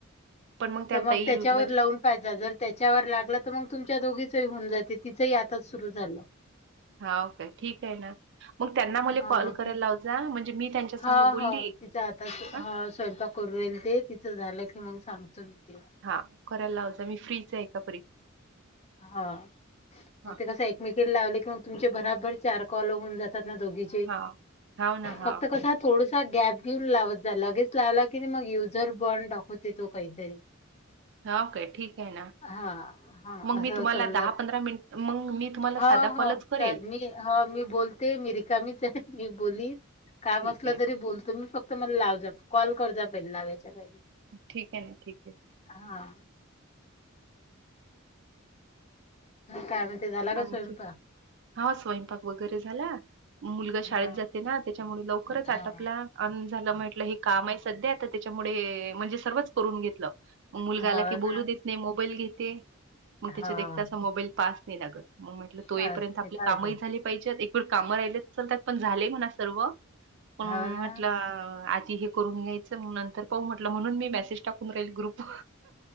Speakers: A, on the right; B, on the left.
A: पण त्या
B: तर मग
A: ताई
B: त्याच्यावर
A: म्हणजे
B: लावून जर त्याच्यावर लागला तर मग तुमच्या दोघीचही होऊन जाते तिचही आताच सुरु झालं.
A: हा ओ काे ठीक आहे. ना मग त्यांना मला
B: हा
A: कॉल
B: मग
A: करायला
B: ती
A: लाव जा म्हणजे मी त्यांच्या संघ
B: हा
A: बोलली
B: हा आता
A: हा
B: स्वयंपा करू येईल ते तिचं झालं की मग सांगतो मी. ते.
A: हा करायला लाव जा मी फ्रीच आहे कापरी.
B: हा.
A: हा
B: मग ते कसं एकमेकीला लावले की मग तुमचे बराबर चार कॉलो होऊन जात ना दोघी
A: हा हाव ना हा
B: फक्त कस थोड गॅप घेऊन लावत जा लगेच लावला की नाही, मग युझर बॉन्ड दाखवते तो काहीतरी.
A: हाव काय ठीक आहे ना.
B: हा हा
A: मग
B: असं
A: मी तुम्हाला
B: समजा.
A: मिनिट मग मी तुम्हाला
B: हा
A: साधा कॉलच
B: हा
A: करेल.
B: मी हा मी बोलते मिरीक च मी बोली काम
A: ठीक
B: असलं
A: आहे,
B: तरी बोलतो मी फक्त तमला लाव जा कॉल कर जा पहिला लावायच्या पहिल
A: ठीक आहे ठीक आहे.
B: हा. काय म्हणते झाला का
A: आणखी
B: स्वयंपाक?
A: हा स्वयंपाक वगैरे झाला. मुलगा
B: हा
A: शाळेत जा त्याच्यामुळे लवकरच
B: हा
A: अटपला अ झाल म्हटलं हे काम आहे सध्या त्याच्यामुळे म्हणजे सर्वच करून घेतलं मुलगा
B: हा
A: आला की,
B: हो
A: बोलू
B: ना
A: देत नाही मोबाईल घेते मग
B: हा
A: तास मोबाईल पास नाही लागत, मग म्हटलं तो
B: पाच
A: येपर्यंत
B: मिनिटं
A: आपले कामही
B: अगं,
A: झाले पाहिजेत एक काम राहिले लतत पण झाले म्हणा सर्व पण
B: हो
A: म्हटलं
B: ना
A: आधी हे करून घ्यायचं, नंतर पाहू म्हटलं म्हणून मी मेसेज टाक तुमऱ्याली ग्रुप